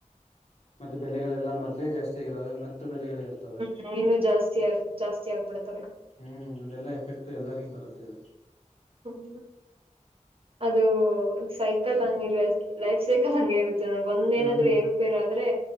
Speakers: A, on the left (about 55°); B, on the right (about 45°).
A: ಮತ್ತ ಬೆಲೆಗಳೆಲ್ಲ ಮೊದ್ಲೇ ಜಾಸ್ತಿ ಆಗಿದಾವೆ ಮತ್ತೆ ಬೆಲೆಗಳು ಏರ್ತ್ತಾವೆ.
B: ಹ್ಮ್ ಇನ್ನು ಜಾಸ್ತಿ ಆರ್ ಜಾಸ್ತಿ ಆಗ್ಬಿಡ್ತಾವೆ.
A: ಹ್ಮ್ ಇದೆಲ್ಲಾ ಎಫೆಕ್ಟ್ ಎಲ್ಲರಿಗೂ ಬರುತ್ತ ಇದು.
B: <unintelligible> ಅದು ಸೈಕಲ್ ಹಂಗ ಲೆಫ್ ಲೈಫ್ ಸೈಕಲ್ ಹಂಗೆ ಇರುತ್ತ ತಿಂಗಳ ಒಂದನೆನಾದ್ರೂ
A: ಹ್ಮ್
B: ಏರುಪೇರಾದ್ರೆ